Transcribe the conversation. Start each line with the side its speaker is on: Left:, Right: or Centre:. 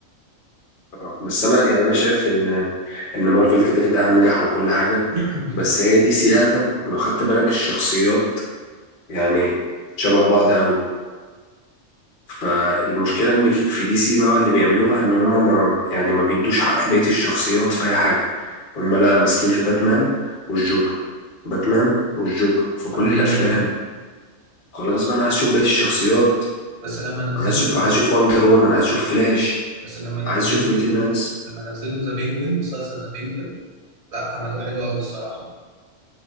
Left: آه، بس انا يعني انا شايف ان ان مارفل كده كده انجح وكل حاجه
Right: <clears throat>
Left: بس هي دي سي ادم لو خدت بالك الشخصيات يعني شبه بعض قوي فالمشكلة ان في في دي سي بقى اللي بيعملوها ان هما ما يعني ما بيدوش حق بقية الشخصيات في اي حاجة هما لا ماسكين في باتمان والجوكر باتمان والجوكر في
Right: ما
Left: كل
Right: بالظبط
Left: الافلام خلاص بقى انا عايز اشوف بقية الشخصيات
Right: بس لما نزلوا
Left: انا عايز اشوف عايز اشوف وندر وومن عايز اشوف فلاش
Right: بس لما نزلوا
Left: عايز اشوف بقية الناس
Right: لما نزلوا ذا بينجوين مسلسل ذا بينجوين لا عملوه حلو قوي الصراحه